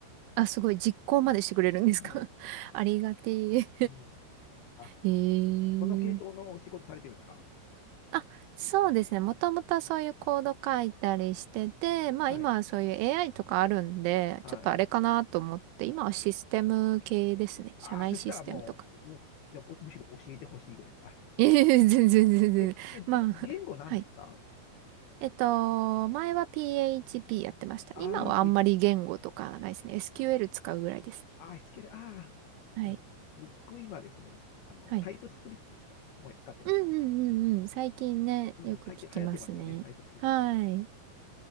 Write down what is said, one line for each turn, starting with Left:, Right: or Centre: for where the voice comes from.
Right: あ、すごい。実行までしてくれるんですか
Left: うん。
Right: <laughs> ありがてえ。
Left: うん。あ、
Right: <laughs> ええ
Left: その系統のお仕事されてるんですか
Right: あ、そうですね。もともとそういうコード書いたりしてて、まあ今はそういう
Left: はい。
Right: AI とかあるんで、
Left: はい。
Right: ちょっとあれかなと思って、今はシステム系ですね。
Left: ああ、
Right: 社内システムとか。
Left: そしたらもう、もうじゃあむしろ教えてほしいぐらいです。あ、
Right: <laughs> いえいえ全然全然。
Left: え、え、な言語なんですか
Right: まあ、<laughs> はい。えっと、前は PHP やってました。
Left: ああー、
Right: 今はあんまり言語とかないですね。
Left: PH。
Right: SQL
Left: あ
Right: 使うぐらいですね。
Left: あ、s q ルああ、
Right: はい。
Left: うん僕今ですね、あの、
Right: はい。
Left: タイプスクリプトですかね。もう使ってますね。
Right: うんうんうんうん。最近ね、
Left: うん、
Right: よく聞きますね。
Left: うん最近流行ってますよね、タイプスクリプト。
Right: はい。
Left: うん